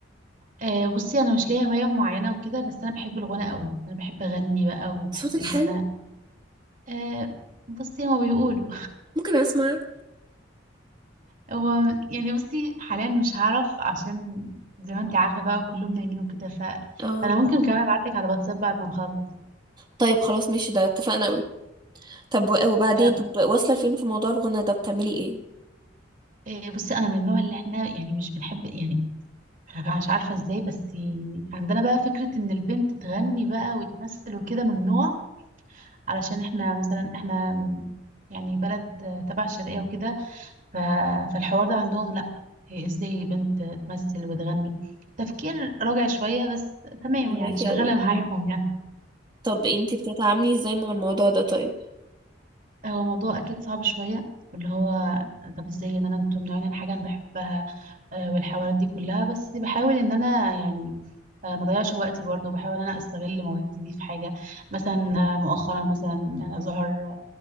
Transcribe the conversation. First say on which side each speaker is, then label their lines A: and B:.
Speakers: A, on the right; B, on the right.
A: آه، بصي انا مش ليا هواية معينة وكده بس انا بحب الغنى قوي انا بحب اغني بقى وبحب
B: صوتك
A: ان
B: حلو
A: انا آه، بصي هما بيقولوا
B: ممكن اسمع
A: <laughs> هو يعني بصي حاليا مش هعرف عشان زي ما انت عارفة بقى كلهم نايمين وكده ف...
B: اه
A: فانا ممكن كمان ابعت لك على الواتساب بعد ما نخلص
B: طيب خلاص ماشي ده اتفقنا قوي طب و- وبعدين
A: آه،
B: طب واصلة لفين في موضوع الغنى ده بتعملي ايه
A: آه، بصي انا من النوع اللي احنا يعني مش بنحب يعني أنا مش عارفه ازاي بس عندنا بقى فكره ان البنت تغني بقى وتمثل وكده ممنوع علشان احنا مثلا احنا من يعني بلد آه، تبع الشرقيه وكده ف- فالحوار ده عندهم لا إيه، ازاي بنت تمثل وتغني تفكير راجع شويه بس تمام
B: فهماكي
A: يعني شغاله
B: قوي
A: <laughs> معاهم يعني
B: طب انتي بتتعاملي ازاي مع الموضوع ده طيب
A: هو موضوع اكيد صعب شويه اللي هو طب ازاي ان انا انتوا ممنوعين عن حاجه انا بحبها آه، والحوارات دي كلها بس بحاول ان انا يعني آه، ما اضيعش وقتي برضو بحاول ان انا استغل موهبتي دي في حاجه مثلا آه، مؤخرا مثلا آه، ظهر